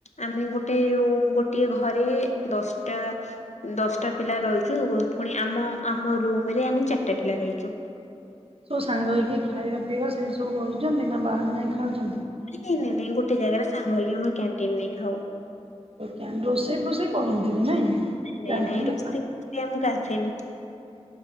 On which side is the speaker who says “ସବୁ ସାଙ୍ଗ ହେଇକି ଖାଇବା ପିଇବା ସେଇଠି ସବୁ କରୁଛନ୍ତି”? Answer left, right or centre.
Right